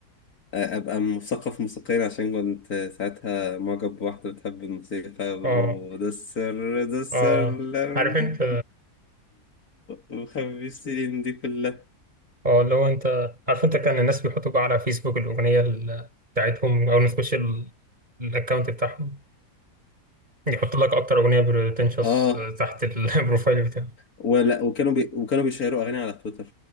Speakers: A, on the left (about 65°); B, on the right (about 25°).
A: ابقى مثقف موسيقيا عشان كنت ساعتها معجب بواحده بتحب الموسيقى برو
B: اه
A: ده السر ده السر
B: اه
A: لا،
B: عارف
A: ده
B: انت
A: مخبي <laughs> السنين دي كلها
B: اه اللي هو انت عارف انت كان الناس بيحطوا بقى على فيسبوك الاغنيه ال- بتاعتهم او نخش الاكونت بتاعهم يحط لك اكتر اغنيه بتنشص
A: اه
B: تحت ال- <laughs> البروفايل بتاعه
A: ولا وكانوا بي... وكانوا بيشيروا اغاني على تويتر